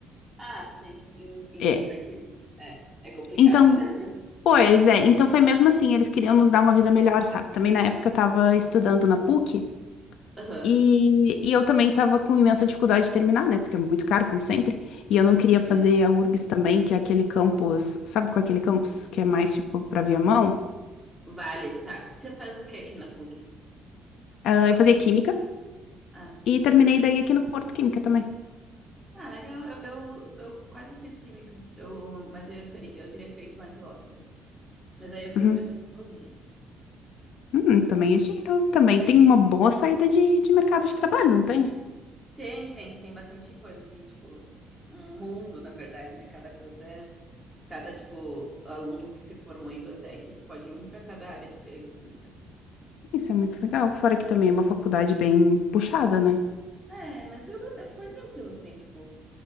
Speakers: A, in the centre; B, on the left.
A: Ah, sim, em, em-
B: É.
A: aqui é, é complicado.
B: Então,
A: <laughs>
B: pois é, então foi mesmo assim, eles queriam nos dar uma vida melhor, sabe? Também na época eu tava estudando na PUC.
A: Aham,
B: E, e eu também estava com imensa dificuldade de terminar, né? Porque é muito caro, como sempre. E eu não queria fazer
A: sim.
B: a URGS também, que é aquele campus, sabe qual é aquele campus que é mais tipo para Viamão? mão
A: Vale, tá. Você faz o que aqui na PUC?
B: Ah, eu fazia Química
A: Ah, sim.
B: e terminei daí aqui no Porto Química também.
A: Ah, legal. Eu, eu, eu quase fiz química. Eu, mas eu, feri- eu teria feito lá em Pelotas. né? Mas aí eu fiz
B: Uhum.
A: biotecnologia.
B: Hum, também é giro, também tem uma boa saída de, de mercado de trabalho, não tem?
A: Tem, tem, tem bastante coisa, assim, tipo, um mundo, na verdade, né? Cada coisa é. Cada, tipo, aluno que se formou em biotech pode ir um para cada área diferente, assim, sabe?
B: Isso é muito legal. Fora que também é uma faculdade bem puxada, né?
A: É, mas eu, go- foi tranquilo, assim, tipo.